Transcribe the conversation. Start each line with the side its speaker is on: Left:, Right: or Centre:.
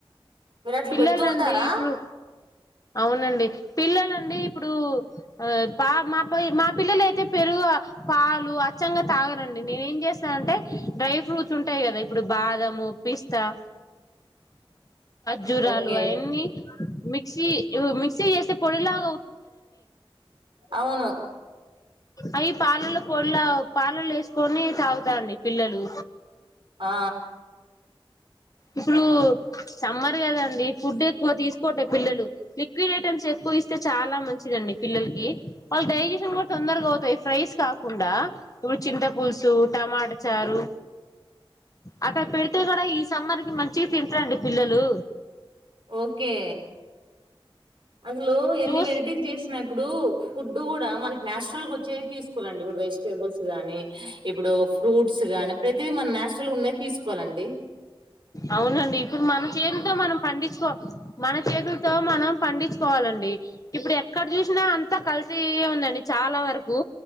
Right: మీరు అట్లు
Left: పిల్లలండి
Right: పెడుతూ ఉంటారా
Left: ఇప్పుడు అవునండి పిల్లలండి ఇప్పుడు పా మా ప మా పిల్లలు అయితే పెరుగు పాలు అచ్చంగా తాగరండి నేను ఏం చేస్తానంటే డ్రై ఫ్రూట్స్ ఉంటాయి కదా ఇప్పుడు బాదము పిస్ త్త జురాలు
Right: ఓకే
Left: అఎన్నీ మిక్సీ మిక్సీ చేస్తే పొడిలాగ
Right: అవును
Left: అవి పాలలు పొల్లా పాలల్లా వేసుకొని తాగుతాండి పిల్లలు
Right: ఆ
Left: ఇప్పుడు సమ్మర్ కదా అండి ఫుడ్ ఎక్కువ తీసుకోట్లే పిల్లలు లిక్విడ్ ఐటమ్స్ ఎక్కువ ఇస్తే చాలా మంచిదండి పిల్లలకి వాళ్ళ డైజెషన్ కూడా తొందరగా అవుతాయ్ ఫ్రై స్ కాకుండా ఇప్పుడు చింత పులుసు టమాటా చారు అట్టా పెడితే కూడా సమ్మర్ కి మంచిగా తింటారండి పిల్లలు
Right: ఓకే అందులో ఎన్ని
Left: జ్యూస్
Right: వెరైటీస్ చేసి నెప్పుడు ఫుడ్ ఇప్పుడు కూడా మనకి నేచురల్గా వచ్చేది తీసుకోవ ఇ వే బుల్స్ గానీ ఇప్పుడు ఫ్రూట్స్ గానీ ప్రతి మన నేచురల్ ఉన్నాయి తీసుకోవాలండి
Left: అవునండి ఇప్పుడు మన చేతులతో మనం పండించుకో మన చేతులతో మనం పండించుకోవాలండి ఇప్పుడు ఎక్కడ చూసినా అంతా కల్తీయె ఉందండి చాలా వరకు